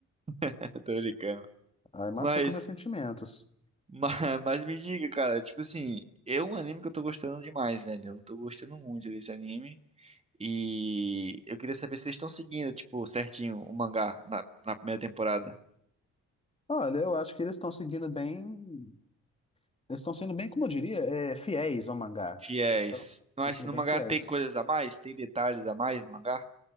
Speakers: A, on the right; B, on the left.
A: <laughs> Tô brincando.
B: aí machuca
A: Mas,
B: meus sentimentos.
A: mas, mas me diga, cara, tipo assim, é um anime que eu tô gostando demais, velho. Eu tô gostando muito desse anime. E eu queria saber se eles estão seguindo, tipo, certinho o mangá na, na primeira temporada.
B: Olha, eu acho que eles estão seguindo bem. Eles estão sendo bem, como eu diria, é, fiéis ao mangá.
A: fiéis. Mas
B: Estão sendo
A: no
B: bem
A: mangá
B: fiéis.
A: tem coisas a mais? Tem detalhes a mais no mangá?